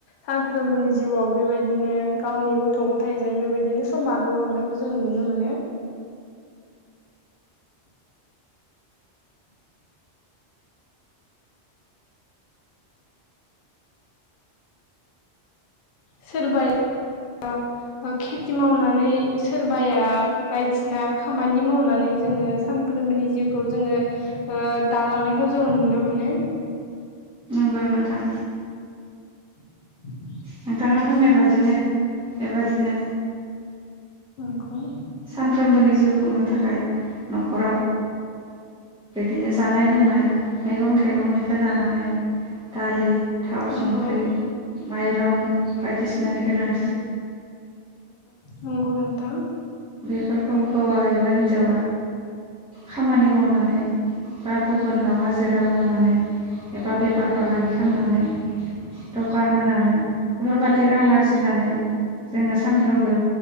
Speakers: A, on the left; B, in the centre.
A: सानफ्रोमबोनि जिउआव बेबायदिनो गावनि गथ' गथायजों बेबायदिनो सम बारहोहरनायखौ जोङो नु नो मोनो सोरबाया खेथि मावनानै सोरबाया बायदिसिना खामानि मावनानै जोङो सानफ्रोमबोनि जिउखौ जोङो दालांनायखौ जोङो नुनो मोनो
B: नंगौ नोंथां
A: <inaudible>
B: नोंथाङा बुंनाय बादिनो बेबादिनो
A: नंगौ
B: सानफ्रोमबोनि जिउ खुंनो थाखाय न'खराव बिदिनो जानाय लोंनाय मैगं थाइगंनिफ्राय लानानै दालि थाव
A: नंगौ
B: संख्रि माइरं बायदिसिनानि गोनां
A: नंगौ नोंथां
B: बेफोरखौ हौवा एबा हिनजावा खामानि मावनानै बा गुबुनाव हाजिरा मावनानै एबा बेफार फालांगि खालामनानै दखान होनानै बेफोरबाददि रां आरजिनानै जोङो सानफ्रोमबो